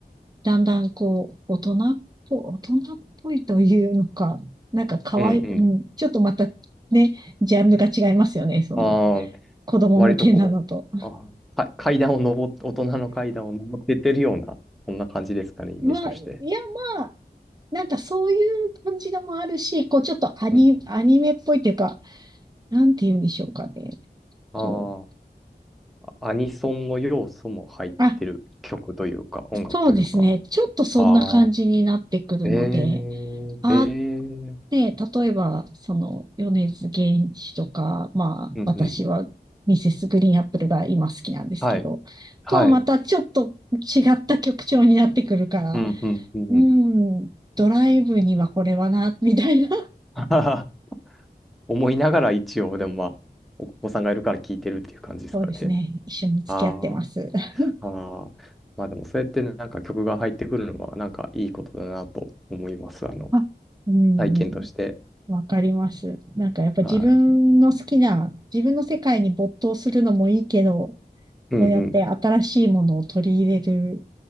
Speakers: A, on the right; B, in the centre.
A: だんだんこう、大人っぽ、大人っぽいというのか、なんか可愛い、
B: うんうん。
A: うん、ちょっとまたね、ジャンルが違いますよね。その、
B: ああ、
A: 子供向けなのと。
B: 割とこう、あ、か階段を登って、大人の階段を登ってってるような、そんな感じですかね、イメージとして。
A: まあ、いや、まあ、なんかそういう感じのもあるし、こう、ちょっとアニ、
B: うん
A: アニメっぽいっていうか、なんて言うんでしょうかね。
B: うん。
A: こう、
B: ああ、アニソンの要素も入ってる曲というか、
A: あ、
B: 音楽というか。
A: そうですね。ちょっとそんな感じになってくるので、
B: ああ。ええ、
A: あ、
B: ええ、うん
A: ね、例えば、その、米津玄師とか、まあ、
B: うん。
A: 私は、ミセスグリーンアップルが今好きなんですけど、
B: はい、はい。
A: とはまたちょっと違った曲調になってくるから、
B: うんうん、うんうん。
A: うん、ドライブにはこれはな、みたいな
B: <laughs> ははは思いながら一応、でもまあ、お子さんがいるから聞いてるっていう感じですかね。
A: そうですね。一緒に付き合ってます。
B: あ
A: <laughs>
B: あ、ああ。まあでもそうやってねなんか曲が入ってくるのはなんかいいことだなと思います。あの、
A: あ、うんうん。
B: 体験として。
A: わかります。なんかやっぱ自分の好きな、
B: はい。
A: 自分の世界に没頭するのもいいけど、
B: うんうん。
A: そうやって新しいものを取り入れる、